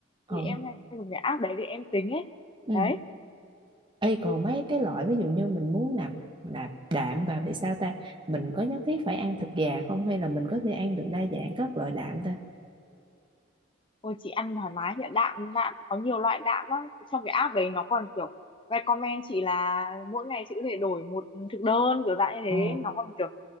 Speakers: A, on the right (about 25°); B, on the left (about 25°).
A: ờ
B: thì em hay dùng cái app đấy để em tính ấy
A: ừ
B: đấy
A: Ê, còn mấy cái loại ví dụ như mình muốn nạp nạp đạm vào thì sao ta mình có nhất thiết phải ăn thịt gà không hay là mình có thể ăn được đa dạng các loại đạm ta
B: ôi chị ăn thoải mái hiện ạ. đạm đạm có nhiều loại đạm lắm trong cái app đấy nó còn kiểu recommend chị là mỗi ngày chị có thể đổi một thực đơn kiểu dạng như thế
A: ờ
B: nó còn kiểu